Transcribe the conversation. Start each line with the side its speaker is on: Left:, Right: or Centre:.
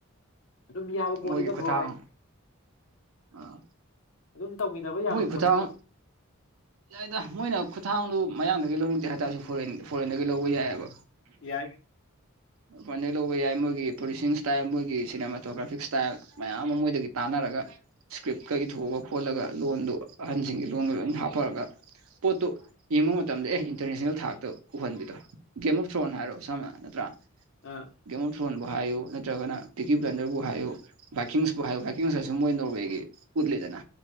Left: ꯑꯗꯨꯝ ꯌꯥꯕ ꯄꯣꯠꯅꯤꯗ
Right: ꯃꯣꯏꯒꯤ ꯈꯨꯠꯊꯥꯡ
Left: ꯕ꯭ꯔꯣ ꯍꯥꯏꯗꯤ
Right: ꯑꯥ
Left: ꯑꯗꯨꯝ ꯇꯧꯃꯤꯅꯕ ꯌꯥꯕ
Right: ꯃꯣꯏꯒꯤ
Left: ꯄꯣꯠꯅꯤꯗ
Right: ꯈꯨꯠꯊꯥꯡ ꯌꯥꯏꯗ ꯃꯣꯏꯅ ꯈꯨꯊꯥꯡꯗꯣ ꯃꯌꯥꯡꯗꯒꯤ ꯂꯧꯅꯤꯡꯗꯦ ꯍꯥꯏꯇꯥꯔꯁꯨ ꯐꯣꯔꯦꯟ ꯐꯣꯔꯦꯟꯗꯒꯤ ꯂꯧꯕ ꯌꯥꯏꯑꯦꯕ꯫
Left: ꯌꯥꯏ
Right: ꯃꯄꯥꯟꯗꯒꯤ ꯂꯧꯕ ꯌꯥꯏ ꯃꯣꯏꯒꯤ ꯄꯨꯂꯤꯁꯤꯡ ꯏꯁꯇꯥꯏꯜ ꯃꯣꯏꯒꯤ ꯁꯤꯅꯦꯃꯥꯇꯣꯒ꯭ꯔꯥꯐꯤꯛ ꯏꯁꯇꯥꯏꯜ ꯃꯌꯥꯝ ꯑꯃ ꯃꯣꯏꯗꯒꯤ ꯇꯥꯟꯅꯔꯒ ꯏꯁꯀ꯭ꯔꯤꯞꯀ ꯏꯊꯣꯛꯑꯒ ꯈꯣꯠꯂꯒ ꯂꯣꯟꯗꯨ ꯑꯍꯟꯁꯤꯡꯒꯤ ꯂꯣꯟꯒ ꯂꯣꯏꯅ ꯍꯥꯞꯄꯔꯒ ꯄꯣꯠꯇꯨ ꯌꯦꯡꯕ ꯃꯇꯝꯗ ꯑꯦ ꯏꯟꯇꯔꯅꯦꯁꯅꯦꯜ ꯊꯥꯛꯇ ꯎꯍꯟꯕꯤꯗꯣ꯫ ꯒꯦꯝ ꯑꯣꯐ ꯊ꯭ꯔꯣꯟ ꯍꯥꯏꯔꯣ ꯁꯝꯅ ꯅꯠꯇ꯭ꯔꯥ
Left: ꯎꯝ
Right: ꯒꯦꯝ ꯑꯣꯞ ꯊ꯭ꯔꯣꯟꯕꯨ ꯍꯥꯏꯌꯨ ꯅꯠꯇ꯭ꯔꯒꯅ ꯇꯤꯀꯤ ꯕ꯭ꯂꯟꯗꯔꯕꯨ ꯍꯥꯏꯌꯨ꯫ ꯚꯀꯤꯡꯁꯄꯨ ꯍꯥꯏꯌꯣ ꯚꯀꯤꯡꯁꯨ ꯃꯣꯏ ꯅꯣꯔꯋꯦꯒꯤ ꯎꯠꯂꯤꯗꯅ꯫